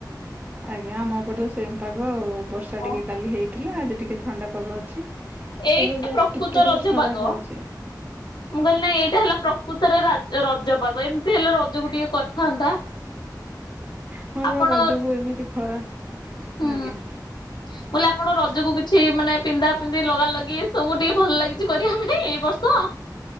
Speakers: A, on the right (about 20°); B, on the left (about 90°).
A: ଆଜ୍ଞା ଆମ ଏପଟେ ସେମ୍ ପାଗ ଆଉ ବର୍ଷା
B: ଓ
A: ଟିକେ କାଲି ହେଇଥିଲା ଆଜି ଟିକେ ଥଣ୍ଡା ପାଗ ଅଛି।
B: ଏଇଟା
A: ଏବେ ଜଷ୍ଟ
B: ପ୍ରକୃତ
A: ଟିକେ ଟିକେ
B: ରଜ
A: ଖରା
B: ପାଗ।
A: ହୋଉଚି।
B: ମୁଁ କହିଲି ନାଁଇ ଏଇଟା ହେଲା ପ୍ରକୃତରେ ରା ଏ ରଜ ପାଗ ଏମିତି ହେଲେ ରଜକୁ ଟିକେ କରିଥାନ୍ତା।
A: ହଁ ବା
B: ଆପଣ
A: ରଜକୁ ଏମିତି ଖରା
B: ହୁଁ।
A: ଆଜ୍ଞା।
B: ମୁଁ କହିଲି ଆପଣଙ୍କ ରଜକୁ କିଛି ମାନେ ପିନ୍ଧା ପିନ୍ଧି ଲଗା ଲଗି ସବୁ ଟିକେ ଭଲ ଲାଗିଛି କରିବା ପାଇଁ ଏଇ ବର୍ଷ